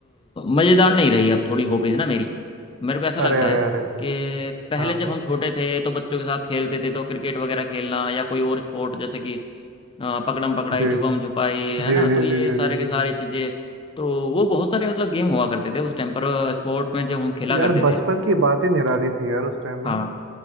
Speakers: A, on the left; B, on the right.
A: मज़ेदार नहीं रही अब थोड़ी हॉबीज ना मेरी मेरे को ऐसा लगता
B: अरे अरे
A: है
B: अरे अरे
A: कि पहले
B: हाँ
A: जब हम छोटे थे तो बच्चों के साथ खेलते थे तो क्रिकेट वगैरह खेलना या कोई और स्पोर्ट जैसे कि हाँ, पकड़म पकड़ाई
B: जी
A: छुपम छुपाई है
B: जी
A: ना तो
B: जी
A: ये
B: जी जी
A: सारे
B: जी
A: के
B: जी
A: सारे चीजें तो वो बहुत सारे मतलब गेम हुआ करते थे उस टाइम पर स्पोर्ट में जब हम खेला
B: यार
A: करते
B: बचपन
A: थे
B: की बात ही निराली थी यार उस टाइम
A: हाँ
B: में